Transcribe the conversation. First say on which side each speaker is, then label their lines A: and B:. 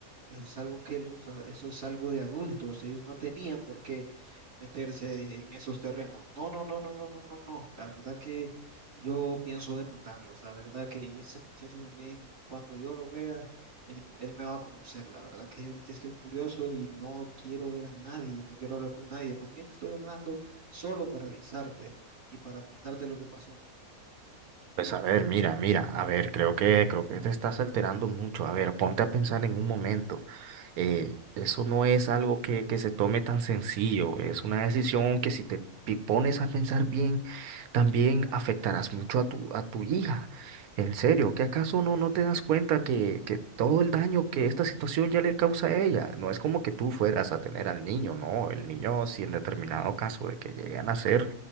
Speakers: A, on the right; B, on the right.
A: Eso es algo que los, a- eso es algo de adultos. Ellos no tenían por qué meterse en esos terrenos. No, no, no, no, no, no, no, no. La verdad que yo pienso demandarlos. La verdad que, y ese muchacho también, cuando yo lo vea, él, él me va a conocer. La verdad que ahorita estoy furioso y no quiero ver a nadie, no quiero hablar con nadie. Más bien te estoy hablando solo para avisarte y para contarte lo que pasó.
B: Pues a ver, mira, mira, a ver, creo que, creo que te estás alterando mucho. A ver, ponte a pensar en un momento. Eh, eso no es algo que, que se tome tan sencillo. Es una decisión que si te pi- pones a pensar bien, también afectarás mucho a tu, a tu hija. En serio, ¿qué acaso no, no te das cuenta que, que todo el daño que esta situación ya le causa a ella? No es como que tú fueras a tener al niño, no. El niño, si en determinado caso de que lleguen a nacer,